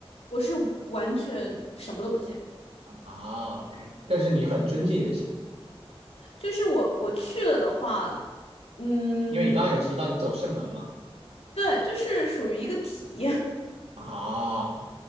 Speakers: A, on the left (about 80°); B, on the right (about 85°).
A: 我是完全什么都不信，
B: 啊，OK，但是你很尊敬这些。
A: 就是我我去了的话，嗯，
B: 因为你刚刚有提到你走射门吗？
A: 对，就是属于一个体验，
B: 啊